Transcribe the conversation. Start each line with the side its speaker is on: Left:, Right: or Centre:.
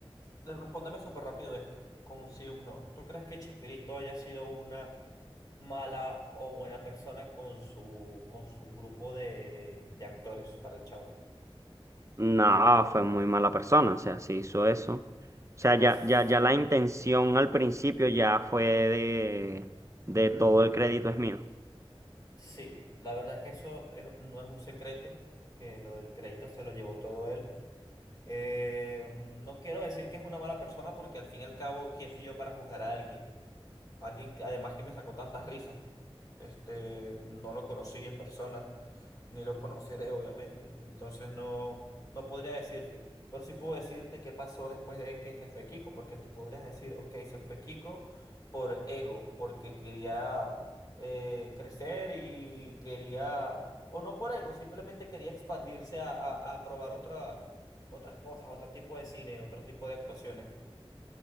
Left: le- respóndeme súper rápido esto, con un sí o un no. ¿Tú crees que Chespirito haya sido una mala o buena persona con su, con su grupo de, de, de actores para el Chavo?
Right: No, fue muy mala persona, o sea, sí hizo eso. O sea, ya,
Left: Sí.
Right: ya, ya la intención al principio ya fue de, de todo el crédito es mío.
Left: Sí, la verdad es que eso es- no es un secreto, que lo del crédito se lo llevó todo él. Eh, no quiero decir que es una mala persona porque al fin y al cabo, ¿quién soy yo para juzgar a alguien? Alguien, que- además que me sacó tantas risas. Este, no lo conocí en persona, ni lo conoceré, obviamente. Entonces no, no podría decirte. Pero sí puedo decirte qué pasó después de que se fue Kiko, porque tú podrías decir, ok, se fue Kiko por ego, porque quería eh, crecer y quería, o no por ego, simplemente quería expandirse a, a, a probar otras, otras cosas, otro tipo de cine, otro tipo de actuaciones.